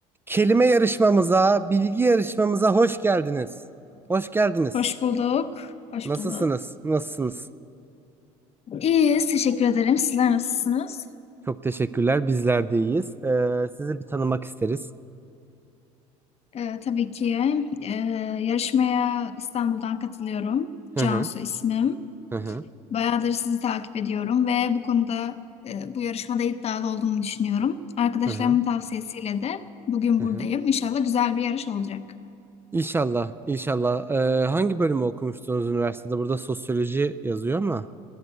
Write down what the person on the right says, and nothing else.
Kelime yarışmamıza, bilgi yarışmamıza hoş geldiniz. Hoş geldiniz.
Nasılsınız?
Nasılsınız?
Çok teşekkürler. Bizler de iyiyiz. Ee, sizi bir tanımak isteriz.
Hı
hı,
hı hı,
hı hı,
hı
hı.
İnşallah, inşallah. Ee, hangi bölümü okumuştunuz üniversitede? Burada sosyoloji yazıyor ama